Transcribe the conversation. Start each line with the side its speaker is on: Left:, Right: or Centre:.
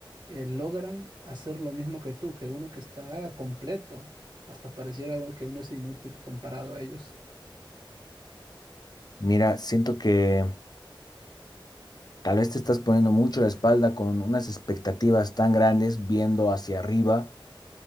Right: eh, logran hacer lo mismo que tú, que uno que está completo. Hasta pareciera uno que uno es inútil comparado a ellos.
Left: Mira, siento que tal vez te estás poniendo mucho la espalda con unas expectativas tan grandes viendo hacia arriba